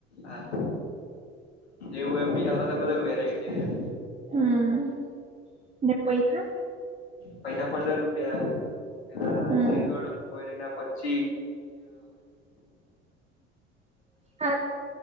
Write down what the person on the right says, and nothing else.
હમ્મ. ને પૈહા?
હમ
હા